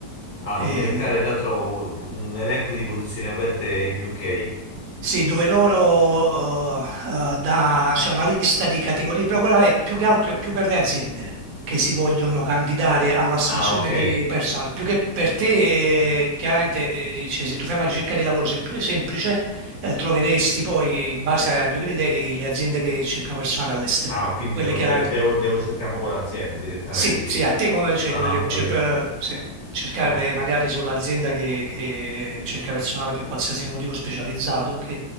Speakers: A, on the left; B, on the right.
A: Ah,
B: eh,
A: devo cercare, là trovo un elenco di posizioni aperte in UK.
B: sì, dove loro eh, eh, dà- c'è una lista di categorie, però quella è più che altro è più per le aziende che si vogliono candidare all'assunzione
A: Ah, ok.
B: di personal, più che per te, eh, chiaramente, eh, cioè, se tu fai una ricerca di lavoro sempl- semplice, eh, troveresti poi, in base ai due criteri, le aziende che cercano personale all'estero,
A: Ah, quindi
B: quelle
A: devo,
B: chiaramente.
A: de- devo- devo cercare proprio l'azienda direttamente
B: Sì, sì,
A: io.
B: a te come, cioè,
A: Ah,
B: come re-
A: ho capito.
B: cioè, per- sì, cercare
A: Ho,
B: magari sull'azienda che, che cerca personale per qualsiasi motivo specializzato, che